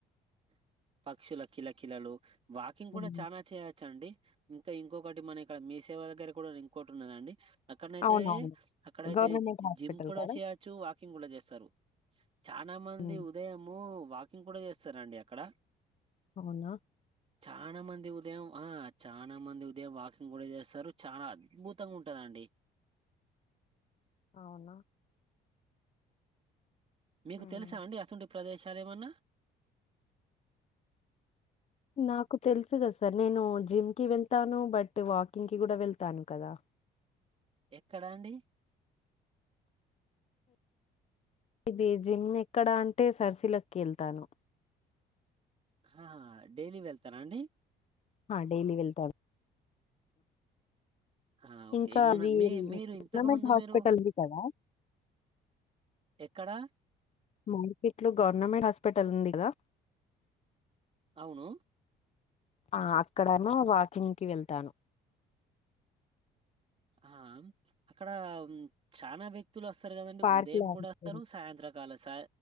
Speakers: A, on the right; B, on the left.
A: పక్షుల కిల కిలలు వాకింగ్ కూడా
B: ఉమ్.
A: చానా చేయొచ్చ అండి ఇంకా ఇంకొకటి మన ఇక్కడ మీసేవా దగ్గర కూడా ఇంకోట్ ఉన్నదండి అక్కడనైతే
B: అవునవును
A: అక్కడైతే
B: గవర్నమెంట్ హాస్పిటల్
A: జిమ్ కూడా
B: కదా
A: చేయచ్చు వాకింగ్ కూడా చేస్త సరు చానా మంది
B: ఉమ్.
A: ఉదయము వాకింగ్ కూడా చేస్తారాండి అక్కడ
B: అవునా
A: చానా మంది ఉదయం ఆ చానా మంది ఉదయం వాకింగ్ కూడా చేస్తారు చానా ద్ భుతంగా ఉంటదండి
B: అవునా
A: మీకు
B: ఉమ్.
A: తెలుసా అండి అసంటే ప్రదేశాలు ఏమన్నా
B: నాకు తెలుసు గద సర్ నేను జిమ్కి వెళ్తాను బట్ వాకింగ్ కి కూడా వెళ్తాను కదా
A: ఎక్కడాండి
B: ఇది జిమ్ ఎక్కడ అంటే సర్సీలకి వెళ్తాను
A: ఆ డైలీ వెళ్తారా అండి
B: ఆ డైలీ వెళ్తాను
A: ఆ! ఓకే.
B: ఇంకా
A: మన
B: అది
A: మీ
B: గవర్నమెంట్
A: మీరు ఇంతకుముందు
B: హాస్పిటల్
A: మీరు
B: ఉంది కదా
A: ఎక్కడ
B: మార్కెట్లో గవర్నమెంట్ హాస్పిటల్ ఉంది కదా
A: అవును
B: ఆ అక్కడమో వాకింగ్కి వెళ్తాను
A: ఆ అక్కడ చానా బె వ్యక్తులు వస్తారు కదండి
B: పార్క్‌లో
A: ఉదయం
B: ఆడుకోను.
A: కూడా వస్తారు సాయంత్రకాల స